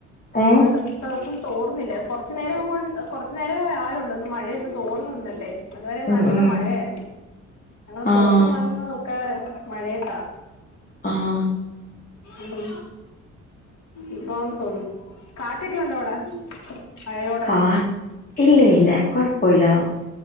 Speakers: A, on the left; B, on the left.
A: ഏഹ്
B: ഇന്ന ഇത്ര ദിവസം മഴയാ ഇന്നത്തെ ദിവസം തോർന്നില്ല കുറച്ചു നേരമേ ആയള്ളൂ ഒന്ന് മഴയൊന്ന് തോർന്ന നിന്നട്ടെ അതുവരെ
A: ഉം
B: നല്ല
A: ഉം
B: മഴയായിരുന്നു. ഞങ്ങള്
A: ആഹ്
B: പോയതും വന്നതും ഒക്കെ മഴയത്ത
A: ആഹ
B: ഉം ഇപ്പൊന്ന് തോന്നണ് കാറ്റൊക്കെ ഉണ്ടോ അവിടെ? മഴയോടെ
A: കാ <unintelligible> ഇല്ല ഇല്ല. കുഴപ്പോല്ല